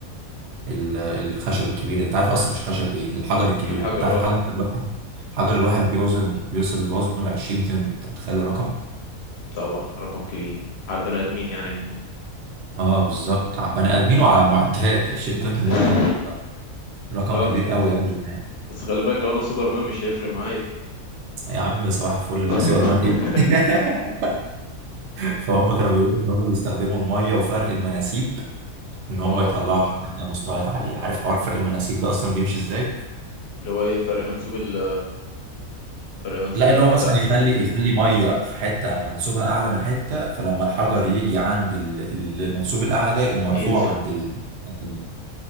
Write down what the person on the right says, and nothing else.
ال... الخشب الكبير ده انت عارف اصلا مش خشب ايه الحجر الكبير
ده انت عارف الحجر
الواحد الحجر الواحد بيوزن بيوصل وزنه ل 20 طن انت متخيل الرقم
اه بالظبط على بني ادمين وعلى معدات 20 طن
ده رقم
كبير قوي قوي يعني
يا عم صباح الفل
بقى سوبرمان ايه <laughs> فهم كانوا بيقولوا ان هم بيستخدموا الميه وفرق المناسيب ان هم
يطلعوا الحجر ده مستويات عاليه عارف حوار فرق المناسيب ده اصلا بيمشي ازاي
لا اللي هو مثلا
يخلي يخلي ميه في حته منسوبها اعلى من حته فلما الحجر يجي عند ال- ال- المنسوب الاعلى ده يقوم مرفوع
عند ال- الحته دي